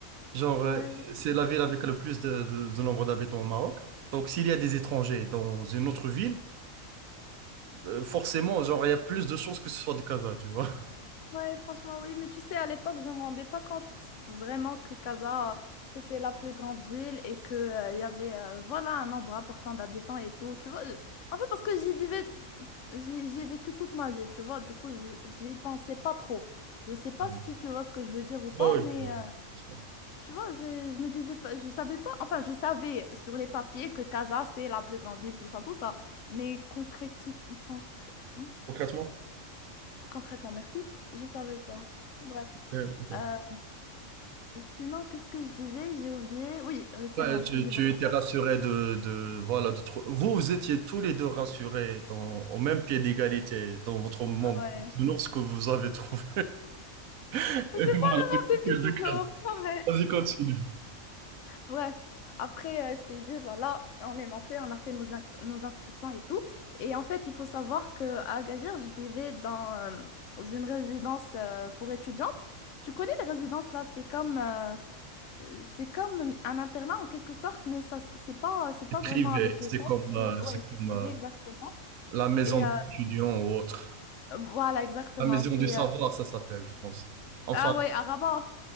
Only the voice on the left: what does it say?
Ouais.
Ouais,
Ouais, franchement, oui, mais tu sais, à l'époque, je me rendais pas compte vraiment que Casa, euh, c'était la plus grande ville et que, euh, il y avait, euh, voilà, un nombre important d'habitants et tout, tu vois. je- En fait, parce que j'y vivais, j'y j'y ai vécu toute ma vie, tu vois, du coup, je- j'y pensais pas trop. Je sais pas
si tu vois ce que je veux dire ou pas,
mais...
euh,
Tu vois, je, je me disais pas, je savais pas, enfin, je savais sur les papiers que Casa, c'est la plus grande ville, tout ça, tout ça, mais concréti- concré- hmm,
concrètement, merci, je savais pas. Bref.
Euh, sinon, qu'est-ce que je disais? J'ai oublié. Oui, euh, c'est
bon,
je t'ai dit.
vraiment.
Ouais.
C'est
pas le monde
des
bisounours,
<laughs> c'est vrai.
Bref, après, euh, je t'ai dit, voilà, on est monté, on a fait nos, ins- nos inscriptions et tout. Et en fait, il faut savoir qu'à Agadir, je vivais dans euh, une résidence euh, pour étudiantes. Tu connais les résidences là, c'est comme, euh, euh, c'est comme un internat en quelque sorte, mais ça, c'est pas, c'est pas
vraiment
avec
l'école.
c'est-
Ouais,
c'est
privé
exactement.
Et
euh,
voilà, exactement.
C'est,
euh,
Ah ouais, à Rabat.